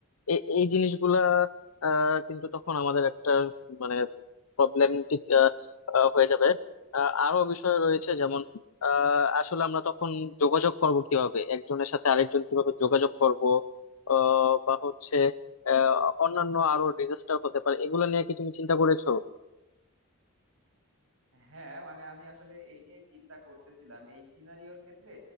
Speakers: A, on the left (about 90°); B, on the right (about 75°).
A: এ- এই জিনিসগুলা আহ, কিন্তু তখন আমাদের একটা মানে প্রবলেমেটিক হয়ে যাবে আহ, আরো বিষয় রয়েছে যেমন আহ, আসলে আমরা তখন যোগাযোগ করব কিভাবে একজনের সাথে আরেকজন কিভাবে যোগাযোগ করব আহ, বা হচ্ছে আহ, অন্যান্য আরো ডিজাস্টার হতে পারে এগুলো নিয়ে কি তুমি চিন্তা করেছো
B: হ্যাঁ মানে আমি আসলে এই নিয়েই চিন্তা করতেছিলাম এই সিনারিওর ক্ষেত্রে